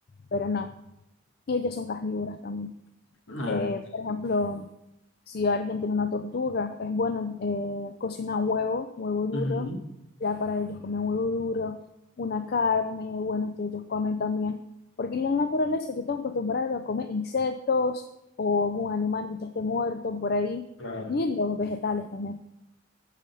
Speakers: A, on the left (about 45°); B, on the left (about 65°).
A: pero no, ellas son carnívoras también.
B: Ah,
A: Eh,
B: entiendo.
A: por ejemplo, si alguien tiene una tortuga, es bueno eh, cocinar un huevo, huevo duro,
B: Ujú,
A: ya para ellos comer huevo duro, una carne, bueno, que ellos comen también, porque en la naturaleza yo estoy acostumbrado a comer insectos o algún animal que ya esté muerto por ahí,
B: claro.
A: y los vegetales también.